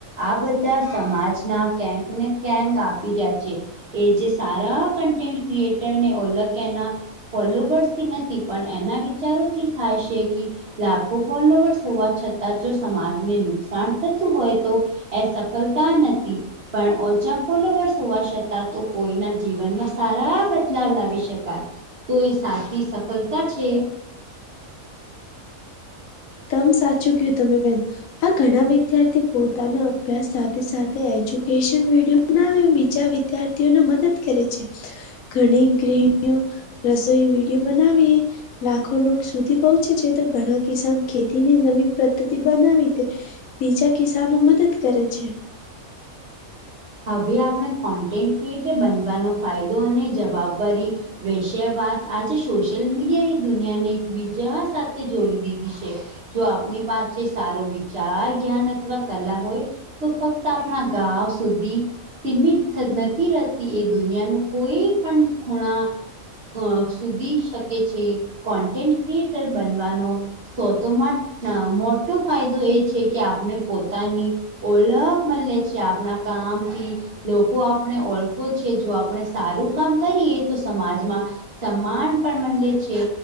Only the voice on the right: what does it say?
આ બધા સમાજના કંક ને કંક આપી રહ્યા છે. એ જે સારા કન્ટેન્ટ ક્રિએટરને ઓલક્યાના ફોલોવર્સ થી નથી. પણ એના વિચારોથી થાય છે કે લાખો ફોલોવર્સ હોવા છતાં જો સમાજને નુકસાન થતું હોય તો એ સફલતા નથી. પણ ઓછા ફોલોવર્સ હોવા છતાં તો કોઈના જીવનમાં સારા બદલાવ લાવી શકાય. તો એ સાચી સફલતા છે.
હવે આપડે કોન્ટેન્ટ ક્રિએટર બનવાનો ફાયદો અને જવાબદારી વિષય વાત આજે સોશિયલ મીડિયા એ દુનિયાને એકબીજા સાથે જોડી દીધી છે. જો આપની પાસે સારો વિચાર જ્ઞાન અથવા કલા હોય તો ફક્ત આપણા ગાવસ સુધી સીમિત નથી થ રહેતી એ દુનિયા ની કોઈ પણ ખૂણા અહ સુધી શકે છે કોન્ટેન્ટ ક્રિએટર બનવાનો સો તોમાં અહ મોટો ફાયદો એ છે કે આપણે પોતાની ઓલખ મલે છે આપણા કામથી લોકો આપણે ઓળખો છે જો આપણે સારૂ કામ કરીએ સમાજમાં સમાન પણ મલે છે